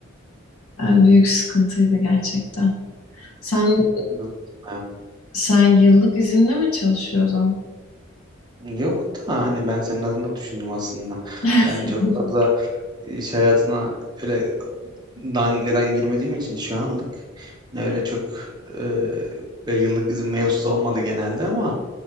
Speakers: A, on the left; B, on the right.
A: Yani büyük sıkıntıydı gerçekten. Sen
B: Yok da
A: sen yıllık izinle mi çalışıyordun?
B: Yok da hani ben senin adına düşündüm aslında.
A: <laughs>
B: Ben çok fazla iş hayatına öyle Dangadan girmediğim için şu anlık ne öyle çok e, bir yıllık izin mevzusu olmadı genelde ama